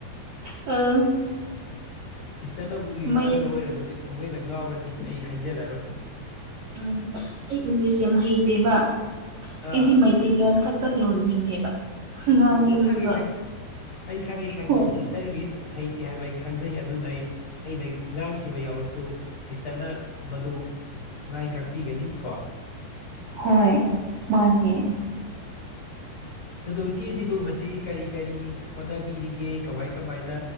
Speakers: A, on the right; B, on the left.
A: ꯑ
B: ꯁꯤꯁꯇꯔꯅꯕꯨꯛ ꯏꯪꯂꯤꯁ
A: ꯃꯩ
B: ꯈꯪꯗꯕ ꯑꯣꯏꯔꯝꯔꯕꯗꯤꯨꯛ ꯍꯦꯟꯅ ꯉꯥꯎꯔꯅꯤ ꯑꯩ ꯍꯥꯏꯖꯔꯔꯣꯏ
A: ꯎꯝ ꯑꯩ ꯏꯪꯂꯤꯁ ꯌꯥꯝꯦ ꯃꯍꯩꯇꯦꯕ
B: ꯑꯥ
A: ꯑꯩꯗꯤ ꯃꯩ ꯇꯩ ꯂꯂꯣꯟ ꯈꯛꯇ ꯂꯣꯟꯅꯤꯡꯉꯦꯕ ꯉꯥꯡꯅꯤꯡꯉꯦꯕ
B: ꯑꯣ ꯈꯪꯉꯦ ꯈꯪꯉꯦ ꯑꯩ ꯈꯪꯉꯤ ꯈꯪꯉꯤ
A: ꯍꯣꯏ
B: ꯆꯠ ꯏꯪꯂꯤꯁ ꯍꯩꯇꯦ ꯍꯥꯏꯕ ꯑꯩ ꯈꯪꯖꯩ ꯑꯗꯨꯅ ꯑꯩ ꯑꯩꯅ ꯉꯥꯡꯈꯤꯕ ꯌꯥꯎꯔꯁꯨ ꯁꯤꯁꯇꯔꯅ ꯃꯗꯨ ꯃꯥꯏ ꯉꯥꯛꯄꯤꯒꯅꯤ ꯀꯣ
A: ꯍꯣꯏ ꯃꯥꯅꯦ
B: ꯑꯣ ꯏꯆꯦꯁꯤꯕꯨ ꯍꯧꯖꯤꯛ ꯀꯔꯤ ꯀꯔꯤ ꯍꯣꯠꯅꯕꯤꯔꯤꯒꯦ ꯀꯃꯥꯏ ꯀꯃꯥꯏꯅ